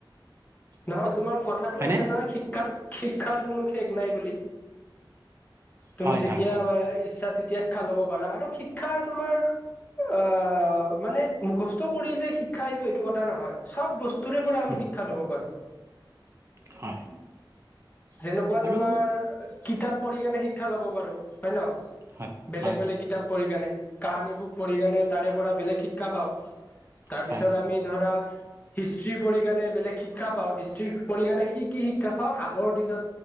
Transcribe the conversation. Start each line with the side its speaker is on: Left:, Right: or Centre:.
Left: নহয় তোমাৰ কথাটো
Right: হয়নে
Left: আছে নহ শিক্ষা শিক্ষাৰ কোনো শেষ নাই বুলি তুমি
Right: হয়
Left: যেতিয়া
Right: হয় হয়
Left: ইচ্ছা তেতিয়া খা ল'ব পাৰা আৰু শিক্ষা তোমাৰ অ মানে মুখ কৰি যে শিক্ষা আহিব এইটো কথা নহয় চব বস্তুৰে পৰা
Right: হুম,
Left: আমি শিক্ষা লব পাৰো
Right: হয়
Left: যেনেকুৱা
Right: আৰু
Left: তোমাৰ কিতাপ পঢ়ি কেনে শিক্ষা লব পাৰো হয় ন
Right: হয়
Left: বেলেগ
Right: হয়
Left: বেলেগ কিতাপ পঢ়ি কাৰণে কাহানী বুক পঢ়ি কেনে তাৰে পৰা বেলেগ শিক্ষা পাওঁ তাৰ
Right: হয়
Left: পিছত আমি ধৰা হিষ্ট্ৰ্ৰী পঢ়ি কেণে বেলেগ শিক- শিক্ষা পাওঁ হিষ্ট্ৰ্ৰী কৰি কেনে সি কি শিক্ষা পাওঁ আগৰ দিনত